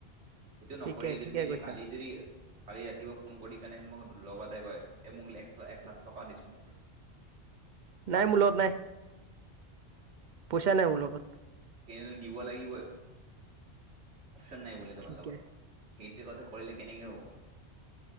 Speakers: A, on the right; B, on the right.
A: সেইটো নকৰি
B: ঠিকেই
A: তুমি
B: ঠিকে কৈছা
A: কালি যদি কালি ৰাতিপুৱা ফোন কৰি কেনে মোক লগতে কয় এ মোক এক লাখ টকা দেচোন
B: নাই মোৰ লগত নাই। পইচা নাই মোৰ লগত।
A: কিন্ত তুমি দিব লাগিব, অপচন নাই বোলে তোমাৰ
B: ঠিকে
A: লগত। সেইটো কথা কৰিলে কেনেকে হব।